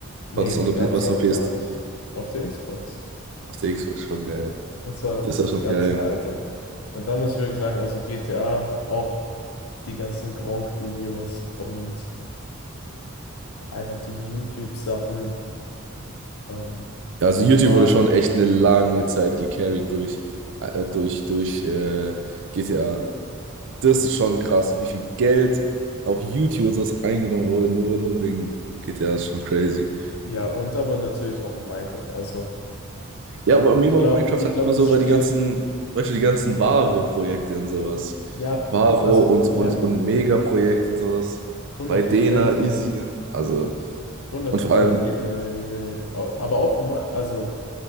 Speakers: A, on the left (about 75°); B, on the right (about 60°).
A: Nee,
B: War das,
A: die
B: oder
A: gab
B: war
A: es
B: das
A: da
B: noch
A: noch
B: PS?
A: gar nicht auf der Xbox.
B: Auf der Xbox schon geil.
A: Und zwar noch
B: Das
A: das
B: war schon
A: ganz
B: geil.
A: alte. Und da muss ich wirklich sagen, also GTA, auch die ganzen Gronkh-Videos und einfach die YouTube-Sachen ähm,
B: Ja, also
A: waren,
B: YouTube wurde schon echt eine lange Zeit gecarried durch, äh, durch, durch äh, GTA. Das ist schon krass, wie viel Geld auf YouTube und sowas eingenommen wurde, nur, nur wegen GTA, ist schon crazy.
A: ja, und aber natürlich auch Minecraft. Also
B: Ja, aber mir
A: ich
B: war
A: glaube,
B: Minecraft
A: ich
B: halt
A: glaube,
B: immer
A: das
B: so,
A: Spiel,
B: weil die ganzen, weißt du, die ganzen Varo-Projekte und sowas.
A: ja,
B: Varo
A: o- also
B: und,
A: ja,
B: und, und Mega-Projekt und sowas.
A: hundertprozentig,
B: Bei Dena, Izzy, also.
A: hundertprozentig
B: Und vor allem
A: diese, diese, au- aber auch, Ma- also